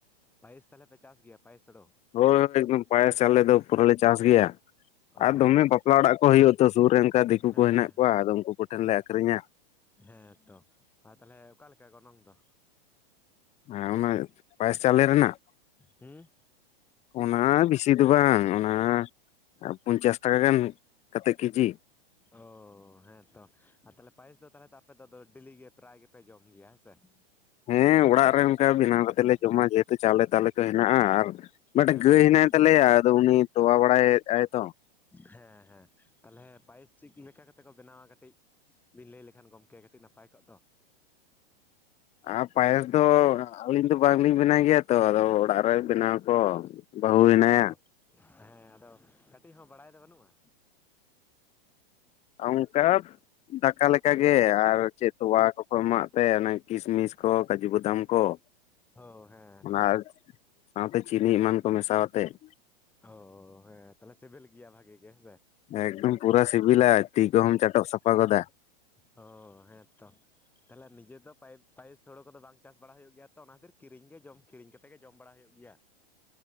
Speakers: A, in the centre; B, on the left (about 20°).
A: ᱯᱟᱭᱮᱥ ᱛᱟᱞᱦᱮ ᱯᱮ ᱪᱟᱥ ᱜᱮᱭᱟ ᱯᱟᱭᱮᱥ ᱦᱳᱲᱳ ᱾
B: ᱦᱳᱭ ᱚᱱᱛᱮ ᱮᱠᱫᱚᱢ ᱯᱟᱭᱮᱥ ᱪᱟᱣᱞᱮᱹ ᱫᱚ ᱯᱩᱨᱟᱹ ᱞᱮ ᱪᱟᱥ ᱜᱮᱭᱟ ᱾
A: ᱚ
B: ᱟᱨ ᱫᱚᱢᱮ
A: ᱛᱟᱦᱞᱮ
B: ᱵᱟᱯᱞᱟ
A: ᱛᱚ
B: ᱚᱲᱟᱜ ᱠᱚ ᱦᱩᱭᱩᱜ ᱫᱚ ᱥᱩᱨ ᱨᱮ ᱚᱱᱠᱟ ᱫᱤᱠᱩ
A: ᱦᱮᱸ
B: ᱠᱚ ᱦᱮᱱᱟᱜ ᱠᱚᱣᱟ ᱟᱫᱚ ᱩᱱᱠᱩ ᱠᱚᱴᱷᱮᱱ ᱞᱮ ᱟᱹᱠᱷᱨᱤᱧᱟ ᱾
A: ᱦᱮᱸᱛᱚ, ᱟᱨ ᱛᱟᱞᱦᱮ ᱚᱠᱟᱞᱮᱠᱟ ᱜᱚᱱᱚᱝ ᱫᱚ?
B: ᱦᱮᱸ ᱚᱱᱟ ᱯᱟᱭᱮᱥ ᱪᱟᱣᱞᱮᱹᱨᱮᱱᱟᱜ?
A: ᱦᱩᱸᱦ
B: ᱚᱱᱟ ᱵᱤᱥᱤ ᱫᱚ ᱵᱟᱝ ᱚᱱᱟ ᱟ ᱯᱚᱧᱪᱟᱥ ᱴᱟᱠᱟ ᱜᱟᱱ ᱠᱟᱛᱮᱜ ᱠᱮᱡᱤ ᱾
A: ᱳᱻ ᱦᱮᱸᱛᱚ ᱟᱨ ᱛᱟᱞᱦᱮ ᱯᱟᱭᱮᱥ ᱫᱚ ᱛᱟᱞᱦᱮ ᱫᱚ ᱟᱯᱮ ᱰᱮᱹᱞᱤ ᱜᱮ ᱯᱨᱟᱭ ᱜᱮᱯᱮ ᱡᱚᱢ ᱜᱮᱭᱟ ᱦᱮᱸ ᱥᱮ ᱾
B: ᱦᱮᱸ ᱚᱲᱟᱜ ᱨᱮ ᱚᱱᱠᱟ ᱵᱮᱱᱟᱣ ᱠᱟᱛᱮ ᱞᱮ ᱡᱚᱢᱟ ᱡᱮᱹᱦᱮᱹᱛᱩ ᱪᱟᱣᱞᱮᱹ ᱛᱟᱣᱟᱞᱮᱹ ᱠᱚ ᱦᱮᱱᱟᱜᱼᱟ ᱟᱨ ᱢᱤᱫᱴᱮᱱ
A: ᱦᱮᱸ
B: ᱜᱟᱹᱭ
A: ᱦᱮᱸ
B: ᱦᱮᱱᱟᱭ ᱛᱟᱞᱮᱭᱟ ᱟᱫᱚ, ᱩᱱᱤ ᱛᱚᱣᱟ ᱵᱟᱲᱟᱭᱮᱫ ᱟᱭ ᱛᱚ ᱾
A: ᱦᱮᱸ ᱦᱮᱸ ᱛᱟᱦᱚᱞᱮ ᱵᱟᱭᱤᱥ ᱪᱮᱫ ᱞᱮᱠᱟ ᱠᱟᱛᱮᱫ ᱠᱚ ᱵᱮᱱᱟᱣᱟ ᱠᱟᱹᱴᱤᱡ ᱵᱤᱱ ᱞᱟᱹᱭ ᱞᱮᱠᱷᱟᱱ ᱜᱚᱢᱠᱮ ᱠᱟᱹᱴᱤᱡ, ᱱᱟᱯᱟᱭ ᱠᱚᱜ ᱫᱚ?
B: ᱟᱨ ᱯᱟᱭᱮᱥ ᱫᱚ ᱟᱹᱞᱤᱧ ᱫᱚ ᱵᱟᱝᱞᱤᱧ ᱵᱮᱱᱟᱣ ᱜᱮᱭᱟ ᱛᱚ, ᱟᱫᱚ ᱚᱲᱟᱜ ᱨᱮ ᱵᱮᱱᱟᱣ ᱠᱚ ᱵᱟᱹᱦᱩ ᱦᱮᱱᱟᱭᱟ
A: ᱚ ᱦᱮᱸ ᱟᱫᱚ ᱠᱟᱹᱴᱤᱡ ᱦᱚᱸ, ᱵᱟᱲᱟᱭ ᱫᱚ ᱵᱟᱹᱱᱩᱜᱼᱟ?
B: ᱚᱝᱠᱟ ᱫᱟᱠᱟ ᱞᱮᱠᱟᱜ ᱜᱮ ᱟᱨ, ᱪᱮᱫ ᱛᱚᱣᱟ ᱠᱚᱠᱚ ᱮᱢᱟᱜ ᱛᱮ ᱚᱱᱟ ᱠᱤᱥᱢᱤᱥ ᱠᱚ ᱠᱟᱡᱩ ᱵᱟᱫᱟᱢ ᱠᱚ ᱾
A: ᱚ ᱦᱮᱸ
B: ᱚᱱᱟ
A: ᱛᱚ
B: ᱥᱟᱶᱛᱮ ᱪᱤᱱᱤ ᱮᱢᱟᱱ ᱠᱚ ᱢᱮᱥᱟᱣᱟᱛᱮ ᱾
A: ᱚ ᱦᱮᱸ ᱛᱟᱦᱚᱞᱮ ᱥᱤᱵᱮᱞ ᱜᱮᱭᱟ ᱵᱷᱟᱜᱮ ᱜᱮ ᱦᱮᱸᱥᱮ ᱾
B: ᱮᱠᱫᱚᱢ ᱯᱩᱨᱟ ᱥᱤᱵᱤᱞᱟ ᱛᱤ ᱠᱚᱦᱚᱢ ᱪᱟᱴᱚᱜ ᱥᱟᱯᱷᱟ ᱜᱚᱫᱟ ᱾
A: ᱚ ᱦᱮᱸᱛᱚ ᱾ ᱛᱟᱦᱚᱞᱮ ᱱᱤᱡᱮ ᱫᱚ ᱯᱟᱭᱮᱥ ᱦᱳᱲᱳ ᱠᱚᱫᱚ ᱵᱟᱝ ᱪᱟᱥ ᱵᱟᱲᱟ ᱦᱳᱭᱳᱜ ᱜᱮᱭᱟ ᱛᱚ, ᱚᱱᱟ ᱠᱷᱟᱹᱛᱤᱨ ᱠᱤᱨᱤᱧ ᱜᱮ ᱡᱚᱢ ᱠᱤᱨᱤᱧ ᱠᱟᱛᱮ ᱜᱮ ᱡᱚᱢ ᱵᱟᱲᱟ ᱦᱳᱭᱳᱜ ᱜᱮᱭᱟ ᱾